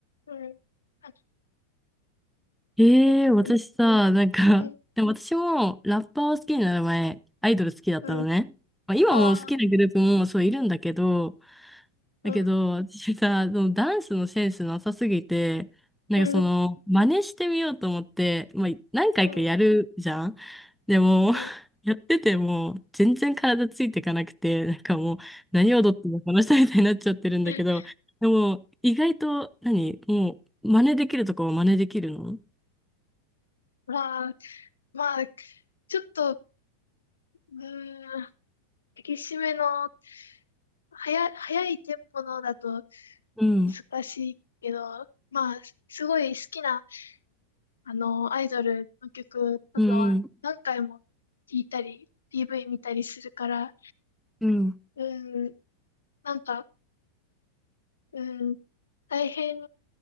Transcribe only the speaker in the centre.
えー、
私さ、なんか、
でも私もラッパーを好きになる前、アイドル好きだったのね。
まあ、今も好きなグループもそういるんだけど、
だけど、
私さ、そのダンスのセンスなさすぎて、なんかその、
真似してみようと思って、まあ、何回かやるじゃん。
でも、
<laughs> やってても、全然体ついていかなくて、なんかもう、何踊ってもこの人みたいになっちゃってるんだけど、
でも、意外と何、もう、真似できるとこは真似できるの
うん、
うん、うん、
うん、